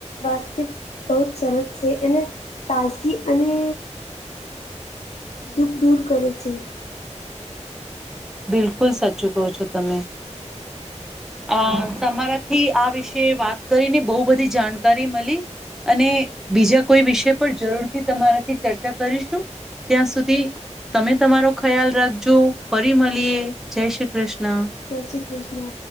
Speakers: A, on the left; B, in the centre.
A: વાસ્તવ બહુ જ સરસ છે એને તાજગી અને દુઃખ દૂર કરે છે.
B: બિલકુલ સાચું કહો છો તમે. અ તમારાથી આ વિશે વાત કરીને બહુ બધી જાણકારી મળી. અને બીજા કોઈ વિષય પર જરૂરથી તમારાથી ચર્ચા કરીશું. ત્યાં સુધી તમે તમારો ખ્યાલ રાખજો. ફરી મળલિએે જય શ્રી કૃષ્ણ.
A: જય શ્રી કૃષ્ણ.